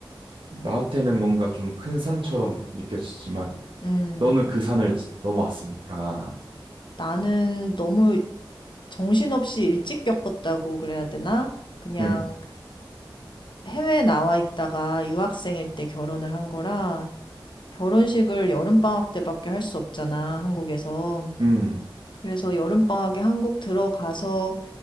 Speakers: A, on the right; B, on the left.
A: 나한테는 뭔가 좀 큰 산처럼 느껴지지만
B: 음,
A: 너는 그 산을 지- 넘어왔으니까.
B: 나는 너무 정신없이 일찍 겪었다고 그래야 되나? 그냥
A: 응,
B: 해외에 나와 있다가 유학생일 때 결혼을 한 거라 결혼식을 여름방학 때밖에 할 수 없잖아, 한국에서.
A: 응,
B: 그래서 여름방학에 한국 들어가서